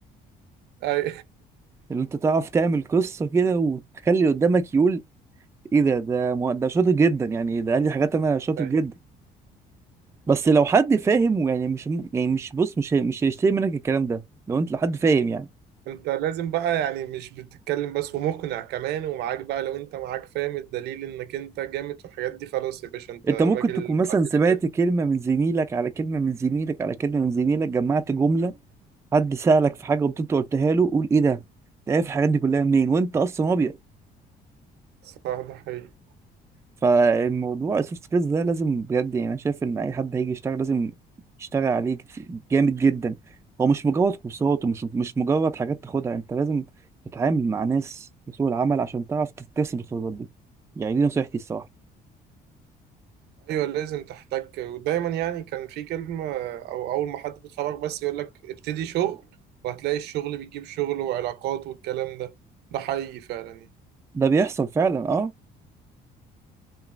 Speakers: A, on the right; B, on the right.
A: أي
B: اللي انت تعرف تعمل قصه كده وتخلي اللي قدامك يقول ايه ده ده مه- ده شاطر جدا يعني ده قال لي حاجات انا شاطر
A: أي
B: جدا
A: <laughs>
B: بس لو حد فاهم ويعني مش يعني مش بص مش هي- مش هيشتري منك الكلام ده لو انت لحد فاهم يعني
A: انت لازم بقى يعني مش بتتكلم بس ومقنع كمان ومعاك بقى لو انت معاك فاهم الدليل انك انت جامد في الحاجات دي خلاص يا باشا انت
B: انت
A: راجل
B: ممكن تكون مثلا
A: بعتله
B: سمعت
A: كده
B: كلمة من زميلك على كلمة من زميلك على كلمة من زميلك جمعت جملة حد سألك في حاجة وانت قلتها له قول ايه ده انت عارف الحاجات دي كلها منين وانت اصلا ابيض
A: صح ده حقيقي
B: فالموضوع السوفت سكيلز ده لازم بجد يعني انا شايف ان اي حد هيجي يشتغل لازم يشتغل عليه كتير- جامد جدا هو مش مجرد كورسات ومش مش مجرد حاجات تاخدها انت لازم تتعامل مع ناس في سوق العمل عشان تعرف تكتسب الخبرات دي يعني دي نصيحتي الصراحة
A: ايوه لازم تحتك ودايما يعني كان في كلمة او اول ما حد بيتخرج بس يقول لك ابتدي شغل وهتلاقي الشغل بيجيب شغل وعلاقات والكلام ده ده حقيقي فعلا يعني
B: ده بيحصل فعلا اه